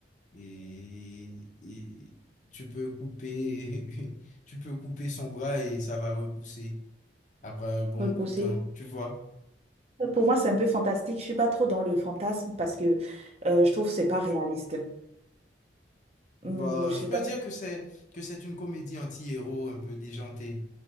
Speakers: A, on the left (about 45°); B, on the right (about 35°).
A: et, et tu peux couper, <laughs> tu peux couper son bras et ça va repousser après un bon
B: Repousser.
A: bout de temps, tu vois?
B: Pour moi, c'est un peu fantastique. Je suis pas trop dans le fantasme parce que euh, je trouve que c'est pas réaliste.
A: Bah,
B: Hum, je sais
A: je peux
B: pas,
A: dire que c'est que c'est une comédie anti-héros un peu déjantée.